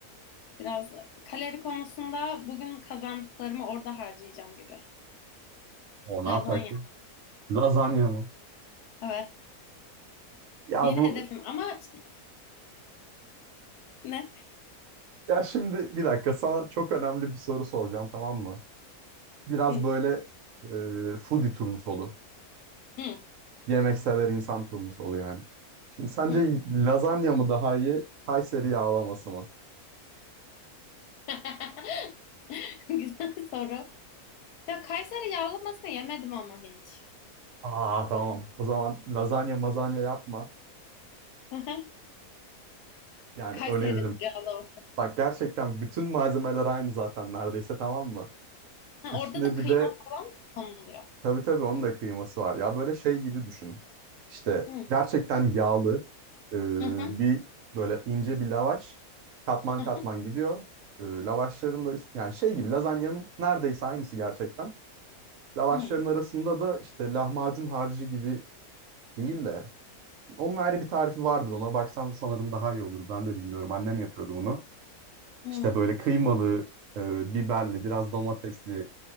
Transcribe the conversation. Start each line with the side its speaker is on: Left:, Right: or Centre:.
Left: Biraz kalori konusunda bugün kazandıklarımı orada harcayacağım gibi.
Right: O ne
Left: Lazanya.
Right: yapacaktı? Lazanya mı?
Left: Evet.
Right: Ya
Left: Yeni
Right: bu
Left: hedefim ama şey, ne?
Right: ya şimdi bir dakika sana çok önemli bir soru soracağım tamam mı? Biraz
Left: Hı,
Right: böyle e, foodie turnusolu.
Left: hı,
Right: Yemek sever insan turnusolu yani. Şimdi sence
Left: hı.
Right: lazanya mı daha iyi, Kayseri yağlaması mı?
Left: <laughs> Güzel soru. Ya Kayseri yağlamasını yemedim ama hiç.
Right: Aa tamam. O zaman lazanya mazanya yapma.
Left: <laughs> Hı hı.
Right: Yani
Left: Kayseri
Right: öneririm.
Left: yağlaması.
Right: Bak gerçekten bütün malzemeler aynı zaten neredeyse tamam mı?
Left: Ha,
Right: Üstüne
Left: orada da kıyma
Right: bir de
Left: falan mı konuluyor.
Right: tabii tabii onun da kıyması var. Ya böyle şey gibi düşün. İşte
Left: Hı,
Right: gerçekten yağlı e,
Left: hı, hı,
Right: bir böyle ince bir lavaş katman
Left: hı,
Right: katman gidiyor. E, lavaşların da üst, yani şey gibi lazanyanın neredeyse aynısı gerçekten. Lavaşların
Left: hı,
Right: arasında da işte lahmacun harcı gibi değil de Onun ayrı bir tarifi vardır. Ona baksan sanırım daha iyi olur. Ben de bilmiyorum. Annem yapıyordu bunu.
Left: hı.
Right: İşte böyle kıymalı, e, biberli, biraz domatesli